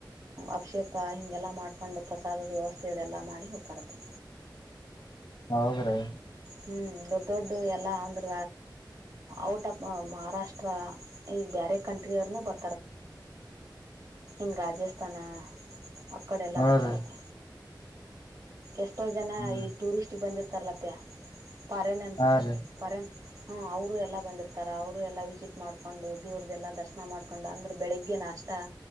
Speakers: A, on the right; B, on the left.
A: ಅಭಿಷೇಕ ಹಿಂಗೆಲ್ಲಾ ಮಾಡ್ಕೊಂಡು ಪ್ರಸಾದದ ವ್ಯವಸ್ಥೆ ಅದೆಲ್ಲಾ ಮಾಡಿ ಹೋಗ್ರತ್ತ
B: ಹೌದ್ರೀ
A: ಹ್ಮ್ ದೊಡ್ಡ ದೊಡ್ಡ ಎಲ್ಲಾ ಅಂದ್ರ ಔಟ್ ಆಫ್ ಮಹಾರಾಷ್ಟ್ರ ಈಗ ಕಂ ಬ ಇ ಹಾನ ಅಕ್ಕಡೆ ಎಲ್ಲ
B: ಹಾ
A: ಬರ್ತಾರತ್ತ
B: ರೀ
A: ಎಷ್ಟೋ ಜನ
B: ಹ್ಮ್
A: ಈ ಟೂರಿಸ್ಟಗೆ ಬಂದಿರ್ತಾರಲತ ಪರೆನೆನ್ಸ್
B: ಹಾ ರೀ
A: ಪರೆನ್ಸ್ ಹಾ ಅವರು ಎಲ್ಲಾ ಬಂದಿರ್ತಾರ ಅವರು ಎಲ್ಲ ವಿಸಿಟ್ ಮಾಡ್ಕೊಂಡು ದೇವ್ರ್ದಲ್ಲಾ ದರ್ಶನ ಮಾಡ್ಕೊಂಡು ಅಂದ್ರೆ ಬೆಳಿಗ್ಗೆ ನಷ್ಟ